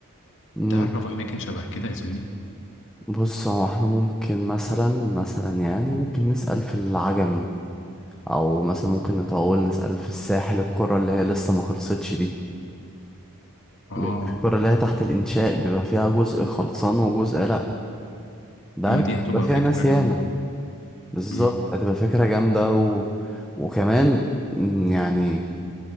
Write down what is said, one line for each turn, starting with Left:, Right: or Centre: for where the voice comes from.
Centre: مم،
Left: تعرف اماكن شبه كده يا زميلي
Centre: بص هو احنا ممكن مثلا مثلا يعني ممكن نسأل في العجمي او مثلا ممكن نطول نسأل في الساحل القرى اللي هي لسه ما خلصتش دي
Left: اه
Centre: بيبقى في القرى اللي هي تحت الانشاء بيبقى فيها جزء خلصان وجزء لا ده
Left: لما
Centre: بيبقى
Left: دي هتبقى
Centre: فيها
Left: فكرة
Centre: ناس
Left: جامدة
Centre: ياما بالظبط
Left: امم
Centre: هتبقى فكرة جامدة و... وكمان م، يعني